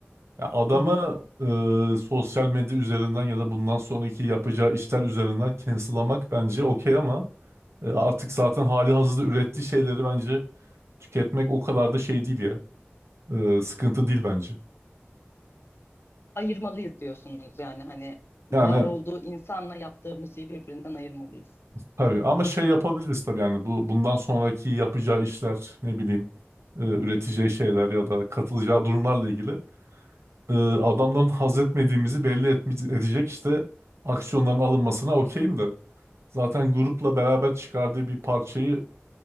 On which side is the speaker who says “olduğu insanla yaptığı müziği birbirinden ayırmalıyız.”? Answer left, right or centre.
Left